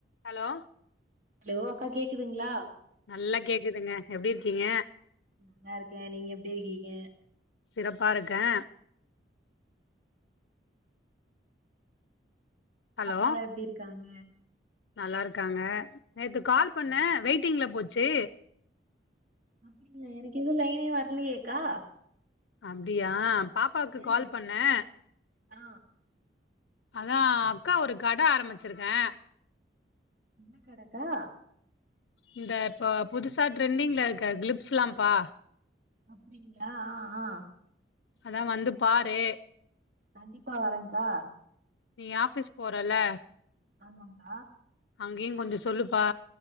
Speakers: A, on the left; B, on the right.
A: ஹலோ
B: ஹலோ அக்கா கேக்குதுங்ளா
A: நல்லா கேக்குதுங்க எப்டி இருக்கீங்க
B: நல்லா இருக்கே நீங்க எப்டி இருக்கீங்க
A: சிறப்பா இருக்கே ஹலோ
B: பாப்பாலா எப்டி இருக்காங்க
A: நல்லா இருக்காங்க நேத்து
B: நல்லா
A: கால்
B: இருக்காங்க
A: பண்ணே வெயிட்டிங்ல போச்சு
B: அப்டிங்ளா எனக்கு எதுவு லைனே வர்லியேக்கா
A: அப்டியா பாப்பாக்கு
B: ம்
A: கால் பண்ணே
B: ஆ
A: அதா அக்கா ஒரு கட ஆரம்பிச்சிருக்கே
B: என்ன கடக்கா
A: இந்த இப்போ புதுசா ட்ரெண்டிங்ல இருக்க க்ளிப்ஸ்லாம்ப்பா
B: அப்டிங்ளா ஆ ஆ
A: அதா வந்து பாரு
B: கண்டிப்பா வரங்கா
A: நீ ஆஃபீஸ் போரல்ல
B: ஆமாங்கா
A: அங்கியுங் கொஞ்சோ சொல்லுப்பா